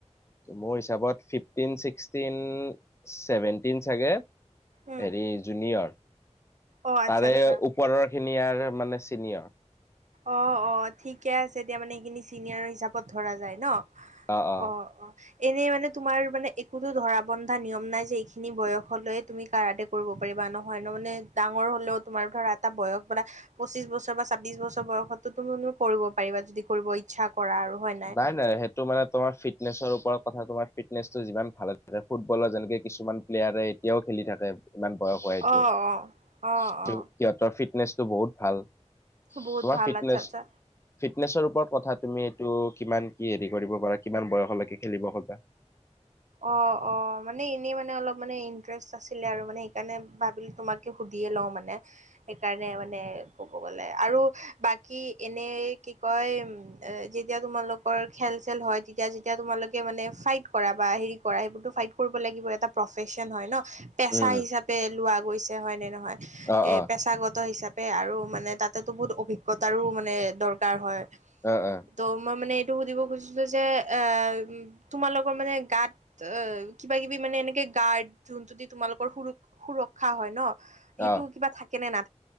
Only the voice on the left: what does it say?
মোৰ হিচাপত ফিফটিন ছিক্সটিন চেভেনটিন চাগে হেৰি
জুনিয়ৰ
তাৰে
ওপৰৰ খিনি আৰু মানে চিনিয়ৰ।
অ অ
নাই নাই সেইটো মানে তোমাৰ ফিটনেচৰ ওপৰত কথা তোমাৰ ফিট ফিটনেছটো যিমান ভালে থাকে ফুটবলৰ যেনেকে কিছুমান প্লেয়াৰে এতিয়াও খেলি থাকে। ইমান বয়স হোৱাইটো
<unintelligible>
সিহঁতৰ ফিটনেছ টো বহুত ভাল
তোমাৰ
ফিটনেছ
ফিটনেছৰ ওপৰত কথা তুমি অ, কিমান কি হেৰি কৰিব পাৰা কিমান বয়স বাকী খেলিব খোজা।
উম,
অ',
অ',
অ', অ',
অ',